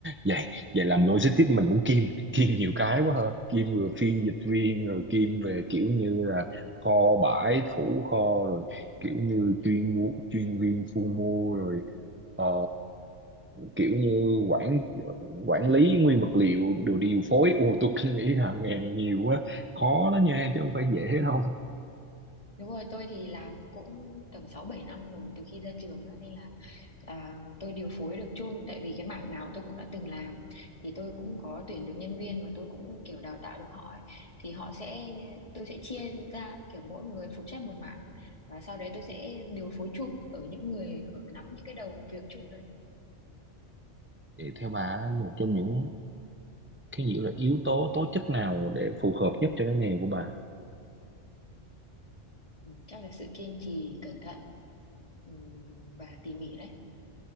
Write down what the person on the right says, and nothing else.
vậy vậy làm logistics mình cũng kiêm kiêm nhiều cái quá ha kiêm vừa phiên dịch viên rồi kiêm về kiểu như là kho bãi thủ kho rồi kiểu như chuyên mua chuyên viên thu mua rồi ờ, kiểu như quản quản lý nguyên vật liệu đồ điều phối ô tôi cứ nghĩ làm nghề này nhiều quá khó đó nha chứ không phải dễ đâu
vậy theo bà một trong những cái nghĩa là yếu tố tố chất nào để phù hợp nhất cho cái nghề của bà